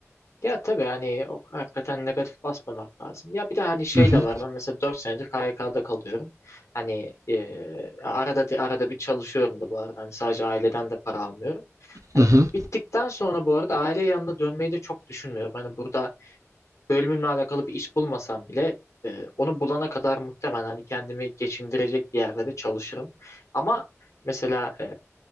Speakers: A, on the left; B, on the right.
A: Ya tabii hani o- hakikaten negatif basmamak lazım. Ya bir de hani şey
B: Hı hı,
A: de var. Ben mesela dört senedir KYK'da kalıyorum. Hani e, arada de- arada bir çalışıyorum da bu arada. Hani sadece aileden de para almıyorum. Hani
B: hı hı,
A: bittikten sonra bu arada aile yanına dönmeyi de çok düşünmüyorum. Hani burada bölümümle alakalı bir iş bulmasam bile e, onu bulana kadar muhtemelen hani kendimi geçindirecek bir yerde de çalışırım. Ama mesela e,